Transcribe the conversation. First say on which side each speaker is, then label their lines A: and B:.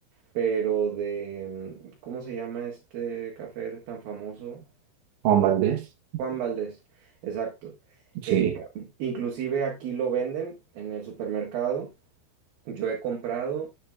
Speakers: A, on the right (about 60°); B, on the right (about 85°).
A: pero de, mm, ¿cómo se llama este café tan famoso? Con
B: Juan Valdés,
A: Juan Valdés, exacto.
B: sí.
A: Eh, inclusive aquí lo venden en el supermercado yo he comprado